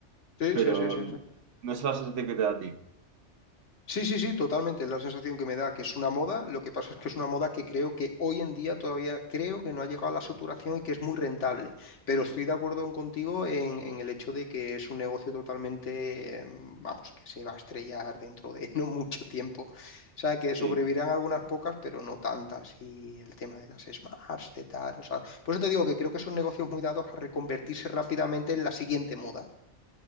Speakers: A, on the left (about 80°); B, on the right (about 80°).
A: Sí,
B: Pero
A: sí, sí, sí,
B: no
A: sí.
B: es la sensación que te da a ti.
A: Sí, sí, sí, totalmente. Es la sensación que me da que es una moda. Lo que pasa es que es una moda que creo que hoy en día todavía creo que no ha llegado a la saturación y que es muy rentable. Pero estoy de acuerdo contigo en, en el hecho de que es un negocio totalmente, eh, vamos, que se va a estrellar dentro de <laughs> no mucho tiempo. O sea, que
B: Sí,
A: sobrevivirán
B: sí,
A: algunas
B: sí.
A: pocas, pero no tantas. Y el tema de las Smarts, de tal, o sea, por eso te digo que creo que son negocios muy dados a reconvertirse rápidamente en la siguiente moda.